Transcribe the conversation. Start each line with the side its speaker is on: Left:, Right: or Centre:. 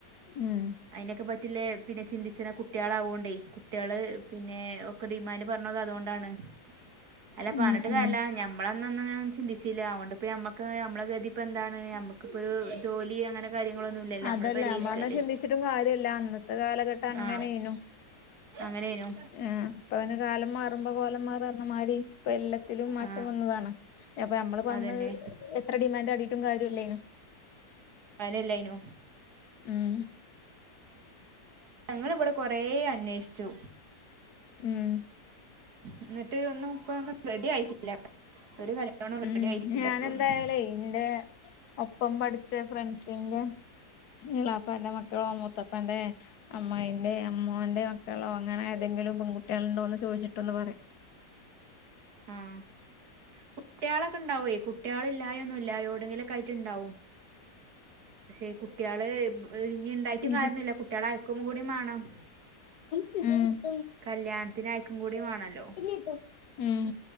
Left: ഉം
Right: അയിനൊക്കെ പ വീട്ടിലെ പിന്നെ ചിന്തിച്ച കുട്ടികള ആവോണ്ടേ കുട്ടികള് പിന്നെ ഒക്കെ ഡിമാൻഡ് പറഞ്ഞത് അതൊണ്ടാണ് അല്ല പറ
Left: ഉം
Right: ത്
Left: ഉം
Right: അല്ല ഞമ്മള് അന്നൊന്നും അങ്ങനെ ചിന്തിച്ചില്ല അതുകൊണ്ട്പ്പോ മ്മക്ക് നമ്മുടെ ഗതി ഇപ്പോ എന്താണ് ഞമ്മക്കിപ്പോ ഒരു ജോലി അങ്ങനെ കാര്യങ്ങളൊന്നും ഇല്ലല്ലോ
Left: അതല്ല
Right: നമ്മൾ പെരയിരിക്കല്ലേ
Left: നമ്മളന്നാ ചിന്തിച്ചിട്ടും കാര്യല്ല അന്നത്തെ കാലഘട്ടം അങ്ങനെയ്നു
Right: ആ അങ്ങനെയേനു
Left: ആ ഇപ്പം കാലം മാറുമ്പോ കോലം മാറന്ന മാതിരി ഇപ്പ എല്ലാത്തി മാറ്റം
Right: ആ
Left: വന്നതാണ് അപ്പൊ നമ്മള്
Right: അതന്നെ
Left: അന്ന് എത്ര ഡിമാൻഡ് കടിട്ടും കാര്യല്ലേ
Right: അയനെല്ലെനു
Left: ഉം
Right: ഞങ്ങളിവിടെ കൊറേ അന്വേഷിച്ചു
Left: ഉം
Right: എന്നിട്ട് ഒന്നും ഇപ്പൊന്നും റെഡി ആയിട്ടില്ല ഒരു കല്യാണം റെഡി
Left: ഉം
Right: ആയിട്ടില്ല
Left: ഞൻ
Right: ഇപ്പോഴൊന്നും
Left: എന്തായാലേ ഇന്റെ ഒപ്പം പഠിച്ച ഫ്രണ്ട്സിന്റെ ളാപ്പാന്റെ മക്കളോ മൂത്ത പ്പൻ്റെ അമ്മായിന്റെ അമോന്റെ മക്കളോ അങ്ങനെ ഏതെങ്കിലും പെൺകുട്ടികളുണ്ടോ എന്ന് ചോദിച്ചിട്ടൊന്ന് പറയാ
Right: ആഹ് കുട്ട്യാളൊക്കെ ഉണ്ടാവ്‌വേ കുട്ട്യാളില്ലായൊന്നുമില്ലാ എവിയോടെങ്കിലും ആയിട്ട് ഉണ്ടാവും പക്ഷേ കുട്ട്യാള് ഇനി ഇണ്ടായിട്ടും
Left: ഇത്
Right: കാര്യന്നുമില്ല കുട്ട്യാള് അയക്കും കൂടി വേണം
Left: ഉം
Right: കല്യാണത്തിന് അയക്കും കൂടി വേണല്ലോ
Left: ഉം